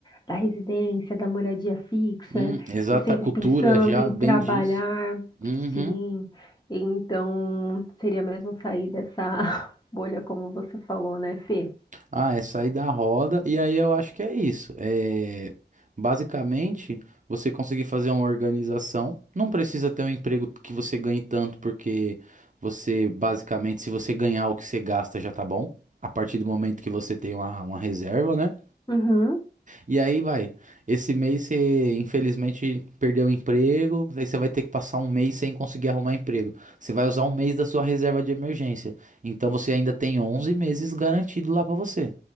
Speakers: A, on the left (about 25°); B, on the right (about 45°).
A: da residência, da moradia fixa
B: hum, exata
A: e sempre
B: cultura
A: pensando
B: já
A: em
B: bem
A: trabalhar.
B: diz. Uhum.
A: Sim. Então, seria mesmo sair dessa <laughs> bolha, como você falou, né, Fê?
B: Ah, é sair da roda, e aí eu acho que é isso. É, basicamente, você conseguir fazer uma organização. Não precisa ter um emprego que você ganhe tanto, porque você, basicamente, se você ganhar o que você gasta, já tá bom. A partir do momento que você tem uma, uma reserva, né?
A: Uhum.
B: E aí vai. Esse mês você, infelizmente, perdeu o emprego, aí você vai ter que passar um mês sem conseguir arrumar emprego. Você vai usar um mês da sua reserva de emergência. Então você ainda tem 11 meses garantido lá pra você.